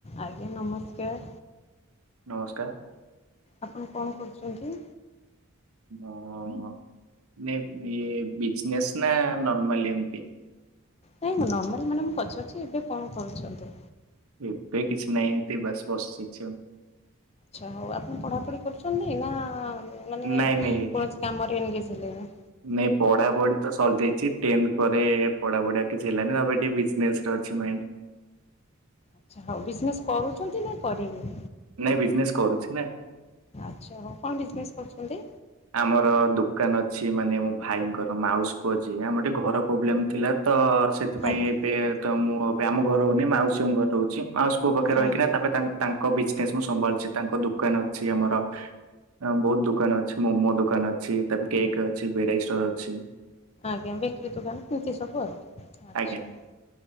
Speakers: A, on the left; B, on the right.
A: ଆଜ୍ଞା ନମସ୍କାର।
B: ନମସ୍କାର,
A: ଆପଣ କଣ କରୁଛନ୍ତି?
B: ଓହୋ ନେ ଇଏ ବିଜନେସ୍ ନା ନର୍ମାଲି ଏମତି।
A: ନାଇଁ ମୁଁ ନର୍ମାଲି ମାନେ ମୁଁ ପଚାରୁଛି ଏବେ କଣ କରୁଛନ୍ତି?
B: ଏବେ କିଛି ନାହିଁ ଏମତି ବାସ୍ ବସିଛି ଆଉ।
A: ଆଚ୍ଛା ହଉ ଆପଣ ପଢ଼ାପଢ଼ି କରୁଛନ୍ତି ନା-ଆ-ଆ-ଆ ମାନେ
B: ନାଇଁ
A: କୌଣସି
B: ନାଇଁ
A: କାମରେ ଏନଗେଜ୍ ହେଲେଣି?
B: ନାଇଁ ପଢା ପଢି ତ ସରିଯାଇଛି ଟେନ୍ଥ୍ ପରେ ପଢା ପଢି ଆ କିଛି ହେଲାନି ତ ଟିକେ ବିଜେନେସ୍ ରେ ଅଛି, ଟିକେ ମାଇଣ୍ଡ୍।
A: ଆଛା ହଉ ବିଜନେସ କରୁଛନ୍ତି ନା କରିବେ?
B: ନାଇଁ ବିଜନେସ କରୁଛି ନା।
A: ଆଚ୍ଛା ହଉ କଣ ବିଜନେସ୍ କରୁଛନ୍ତି?
B: ଆମର ଦୋକାନ ଅଛି ମାନେ ମୋ ଭାଇଙ୍କର ମାଉସି ପୁଅ ଯିଏ ଆମର ଟିକେ ଘର ପ୍ରୋବ୍ଲେମ ଥିଲା ତ-ଅ-ଅ-ଅ ସେ ସେଥିାଇଁ
A: ଆଜ୍ଞା।
B: ଏବେ ତ ମୁଁ ଏବେ ଆମ ଘର ରହୁନି ମାଉସୀଙ୍କ ଘରେ ରଉଛି। ମାଉସୀ ପୁଅ ପାଖରେ ରହିକିନା
A: ଆଜ୍ଞା
B: ତାପରେ ତା ତାଙ୍କ ବିଜନେସ୍ ମୁଁ ସମ୍ଭାଳୁଛି। ତାଙ୍କ ଦୋକାନ ଅଛି ଆମର ଅ ବହୁତ ଦୋକାନ ଅ ମୋମୋ ଦୋକାନ ଅଛି। ତାପରେ କେକ୍ ଅଛି, ଭେରାଇଟ୍ ଷ୍ଟୋର ଅଛି।
A: ଆଜ୍ଞା ବେକରୀ ଦୋକାନ ଏମିତି ସବୁ ଆଉ ଆଚ୍ଛା।
B: ଆଜ୍ଞା।